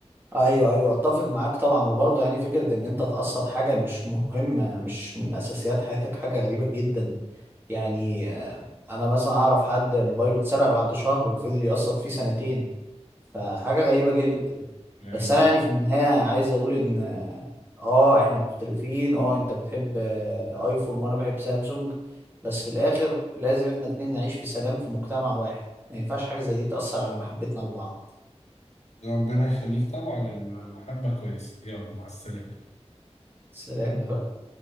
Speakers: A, on the right; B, on the left.
A: ايوه ايوه اتفق معاك طبعا وبرضه يعني فكره ان انت تقسط حاجه مش مهمه مش من اساسيات حياتك حاجه غريبه جدا يعني آه، انا مثلا اعرف حد موبايله اتسرق بعد شهر وفضل يقسط فيه سنتين فحاجه غريبه جدا
B: يعني
A: بس انا يعني في النهايه عايز اقول ان اه آه، احنا مختلفين اه انت بتحب آه، ايفون وانا بحب سامسونج بس في الاخر لازم احنا الاتنين نعيش في سلام في مجتمع واحد ما ينفعش حاجه زي دي تاثر على محبتنا لبعض
B: ربنا يخليك طبعا المحبه كويسه يلا مع السلامه
A: سلام يا راجل